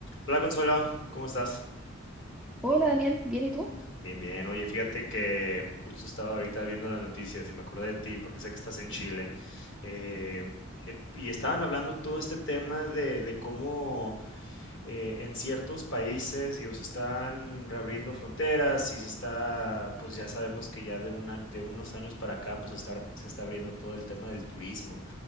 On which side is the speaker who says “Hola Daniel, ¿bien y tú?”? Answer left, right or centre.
Centre